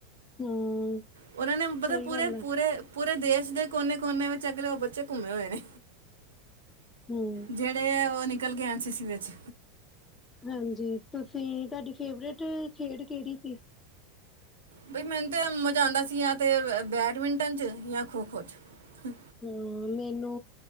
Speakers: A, on the left; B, on the right.
A: ਹੂੰ
B: ਉਹਨਾਂ ਨੇ ਮਤਲਬ
A: ਸਹੀ
B: ਪੂਰੇ-ਪੂਰੇ-ਪੂਰੇ,
A: ਗੱਲ ਆ
B: ਦੇਸ਼ ਦੇ ਕੋਨੇ ਕੋਨੇ ਵਿੱਚ ਅਗਲੇ ਉਹ ਬੱਚੇ ਘੁੰਮੇ ਹੋਏ ਨੇ,
A: ਹੂੰ
B: ਜਿਹੜੇ ਉਹ ਨੇ ਨਿਕਲ ਕੇ ਐਨ ਸੀ ਸੀ ਵਿਚ
A: ਹਾਂਜੀ ਤੁਸੀਂ ਤੁਹਾਡੀ ਫੇਵਰੇਟ ਖੇਡ ਕਿਹੜੀ ਸੀ।
B: ਬਈ ਮੈਨੂੰ ਤੇ ਮਜ਼ਾ ਆਉਂਦਾ ਸੀ। ਬੈਡਮਿੰਟਨ' ਚ ਜਾਂ ਖੋ ਖੋ 'ਚ
A: ਹਮ ਮੈਨੂੰ